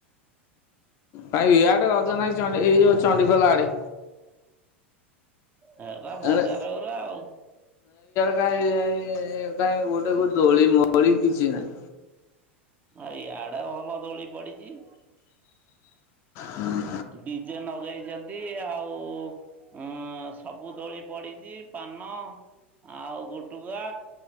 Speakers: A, on the left (about 45°); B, on the right (about 25°).
A: ଭାଇ ଇଆଡେ ରଜ ନାହିଁ ଏଇ ଯୋଉ ଚଣ୍ଡି ଚଣ୍ଡିଖୋଲ ଆଡେ
B: ହେଟ ବଜାରୁରା
A: ଏଣେ
B: ଆଉ
A: କଁ କାଇଁ ଗୋଟେ ଦୋଳି ମୋଳି କିଛି ନହିଁ।
B: ଭ ଇ ଆଡେ ଭଲ ଦୋଳି ପଡିଛି
A: ହୁଁ।
B: ଡିଜେ ଲଗେଇଛନ୍ତି ଆଉ ଉ ସବୁ ଦୋଳି ପଡିଛି ପାନ ଆଉ ଗୁଟୁକା